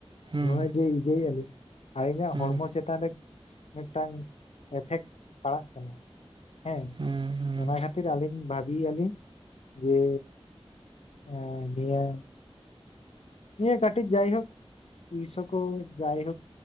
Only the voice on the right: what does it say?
ᱦᱩᱸ
ᱦᱩᱸ
ᱦᱩᱸ ᱦᱩᱸ